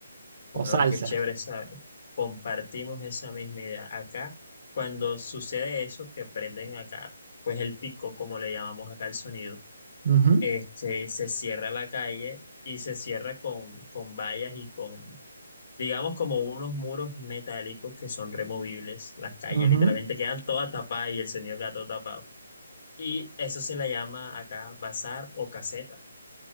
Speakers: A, on the left; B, on the right.
A: O
B: o salsa.
A: algo que es chévere, ¿sabes? Compartimos esa misma idea. Acá, cuando sucede eso, que prenden acá, pues el pico, como le llamamos acá el sonido,
B: Ujú,
A: este, se cierra la calle y se cierra con, con vallas y con digamos, como unos muros metálicos que son removibles. Las calles
B: ujú.
A: literalmente quedan todas tapadas y el señor gato tapado. Y eso se le llama acá bazar o caseta.